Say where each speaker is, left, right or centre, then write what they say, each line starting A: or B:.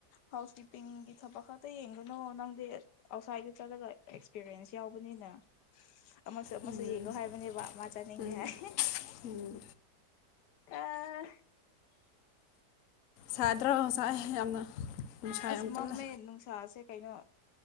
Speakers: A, on the left; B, on the left.
A: ꯍꯥꯎꯁ ꯀꯤꯞꯄꯤꯡꯒꯤ ꯊꯕꯛ ꯈꯛꯇ ꯌꯦꯡꯂ ꯅꯨ ꯅꯪꯗꯤ ꯑꯥꯎꯠꯁꯥꯏꯠꯇ ꯆꯠꯂꯒ ꯑꯦꯛꯁꯄꯤꯔꯤꯌꯦꯟꯁ ꯌꯥꯎꯕꯅꯤꯅ ꯑꯃꯁꯨ ꯑꯃꯁꯨ
B: ꯎꯝ
A: ꯌꯦꯡꯉꯣ ꯍꯥꯏꯕꯅꯦꯕ ꯃꯥ ꯆꯠꯅꯤꯡꯗꯦ
B: ꯎꯝ
A: ꯍꯥꯏ
B: ꯎꯝ
A: ꯑꯥ
B: ꯁꯥꯗ꯭ꯔꯣ ꯁꯥꯥꯏ ꯌꯥꯝꯅ ꯅꯨꯡꯁꯥ
A: ꯑꯁ
B: ꯌꯥꯝ
A: ꯃꯝꯃꯦ
B: ꯀꯜꯂꯦ
A: ꯅꯨꯡꯁꯥꯁꯦ ꯀꯩꯅꯣ